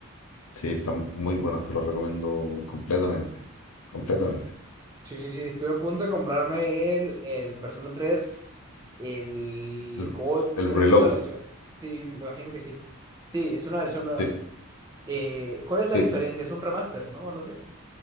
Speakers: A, on the left; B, on the right.
A: Sí, están muy buenos, te los recomiendo completamente. Completamente.
B: Sí, sí, sí, estoy a punto de comprarme el, el Persona tres el
A: El,
B: Gold,
A: el
B: creo
A: Reload.
B: que es la versión. Sí, me imagino que sí. Sí, es una versión nueva.
A: Sí,
B: Eh, ¿cuál es
A: sí,
B: la diferencia? Es un remaster, ¿no? No sé.